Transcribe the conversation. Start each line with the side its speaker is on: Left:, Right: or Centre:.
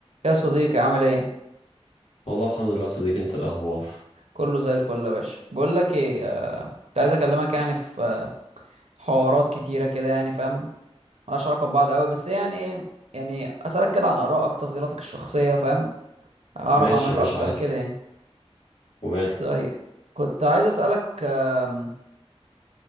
Right: يا صديقي عامل ايه
Left: والله الحمد لله صديقي انت إيه الاخبار
Right: كله زي الفل يا باشا بقول لك ايه آه، كنت عايز اكلمك يعني في آه، حوارات كتيره كده يعني فاهم ملهاش علاقه ببعض قوي بس يعني ايه يعني اسالك كده عن ارائك تفضيلاتك الشخصيه فاهم اعرف
Left: ماشي
Right: عنك
Left: يا باشا
Right: اكتر
Left: عادي
Right: كده يعني
Left: وماله
Right: طيب كنت عايز اسالك آم،